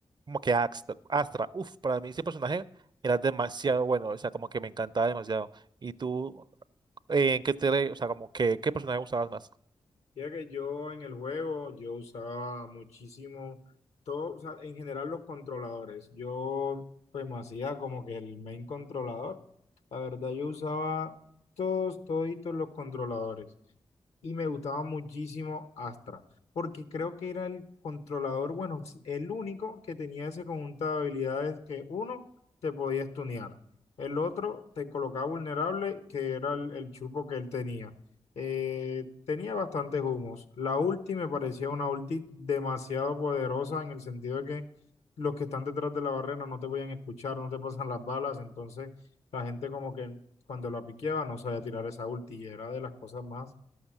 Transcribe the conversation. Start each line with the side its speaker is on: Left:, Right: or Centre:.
Right: como que Astra, Astra. Uf, para mí ese personaje era demasiado bueno, o sea, como que me encantaba demasiado. ¿Y tú, eh, en qué te, o sea, como que, qué personaje usabas más?
Left: Ya que yo en el juego, yo usaba muchísimo, todo, o sea, en general los controladores. Yo pues me hacía como que el main controlador. La verdad, yo usaba todos, toditos los controladores. Y me gustaba muchísimo Astra, porque creo que era el controlador, bueno, s- el único que tenía ese conjunto de habilidades que uno te podía stunear, el otro te colocaba vulnerable, que era el el chupo que él tenía. Eh, tenía bastantes humos. La ulti me parecía una ulti demasiado poderosa en el sentido de que los que están detrás de la barrera no te podían escuchar, no te pasan las balas, entonces la gente como que cuando la piqueaba no sabía tirar esa ulti y era de las cosas más